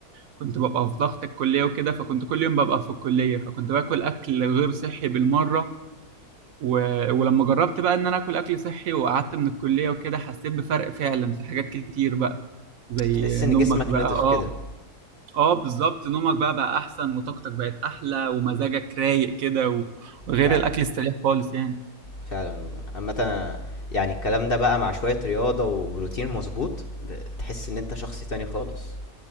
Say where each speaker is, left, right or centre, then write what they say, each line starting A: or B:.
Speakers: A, on the right (about 65°); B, on the left (about 45°).
A: كنت ببقى في ضغط الكلية وكده فكنت كل يوم ببقى في الكلية فكنت باكل اكل غير صحي بالمرة و... ولما جربت بقى ان انا اكل اكل صحي وقعدت من الكلية وكده حسيت بفرق فعلا في حاجات كتير بقى زي
B: تحس ان
A: نومك
B: جسمك
A: بقى
B: نضف
A: اه
B: كده
A: اه بالظبط نومك بقى بقى احسن وطاقتك بقت احلى ومزاجك رايق كده و- وغير
B: فعلا
A: الاكل السريع خالص يعني
B: فعلا والله اما انا يعني الكلام ده بقى مع شوية رياضة وروتين مظبوط ب- تحس ان انت شخص تاني خالص